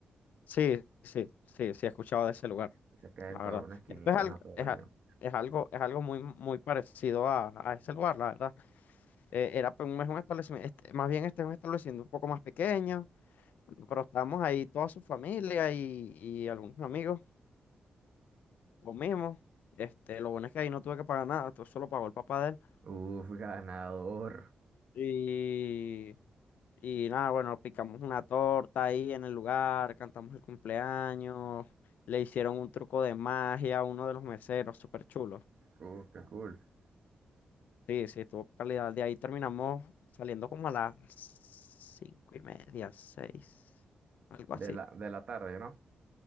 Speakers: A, on the left (about 90°); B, on the right (about 55°).
A: Sí, sí, sí, sí, he escuchado de ese lugar.
B: Se queda
A: la
B: en toda
A: verdad.
B: una esquinita
A: Esto es algo,
B: en la Pedro
A: es, a-
B: León.
A: es algo, es algo muy, muy parecido a, a ese lugar, la verdad. Eh, era pues, un, es un establecimiento, este- más bien este es un establecimiento un poco más pequeño, pero estábamos ahí toda su familia y, y algunos amigos, comimos. Este, lo bueno es que ahí no tuve que pagar nada, todo solo pagó el papá de él.
B: Uf, ganador.
A: Y, y nada, bueno, picamos una torta ahí en el lugar, cantamos el cumpleaños, le hicieron un truco de magia a uno de los meseros, súper chulo.
B: Uh, qué cool.
A: Sí, sí, estuvo calidad. De ahí terminamos saliendo como a las cinco y media, seis, algo
B: De
A: así.
B: la, de la tarde, ¿no?